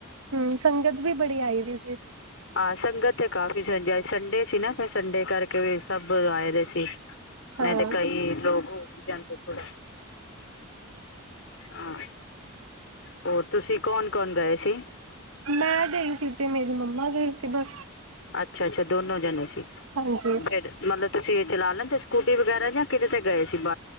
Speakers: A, on the right; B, on the left.
A: ਹਮ, ਸੰਗਤ ਵੀ ਬੜੀ ਆਈ ਹੋਈ ਸੀ।
B: ਆਹ ਸੰਗਤ ਤੇ ਕਾਫੀ ਸੀ। ਸੰਡੇ ਸੀ ਨਾ, ਫਿਰ ਸੰਡੇ ਕਰਕੇ ਵੀ ਸਭ ਆਏ ਹੋਏ ਸੀ।
A: ਹਾਂ,
B: ਮੈਂ ਨਹੀਂ ਤੇ ਕਈ ਲੋਕ ਹੋ ਵੀ ਜਾਂਦੇ ਥੋੜਾ। ਹਾਂ, ਹੋਰ ਤੁਸੀਂ ਕੌਣ ਕੌਣ ਗਏ ਸੀ?
A: ਮੈਂ ਗਈ ਸੀ, ਤੇ ਮੇਰੀ ਮੰਮਾ ਗਈ ਸੀ ਬਸ।
B: ਅੱਛਾ-ਅੱਛਾ, ਦੋਨੋ ਜਣੇ ਸੀ।
A: ਹਾਂਜੀ।
B: ਫਿਰ ਮਤਲਬ, ਤੁਸੀਂ ਇਹ ਚਲਾ ਲੈਦੇ ਸਕੂਟੀ ਵਗੈਰਾ ਜਾਂ ਕਿਦੇ ਤੇ ਗਏ ਸੀ। ਬ